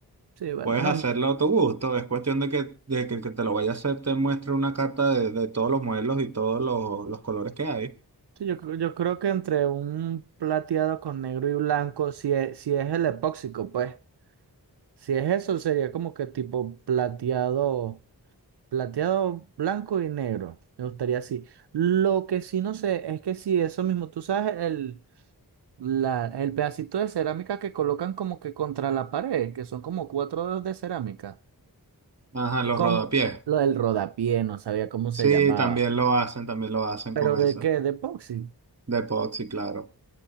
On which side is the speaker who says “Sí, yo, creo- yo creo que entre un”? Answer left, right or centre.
Right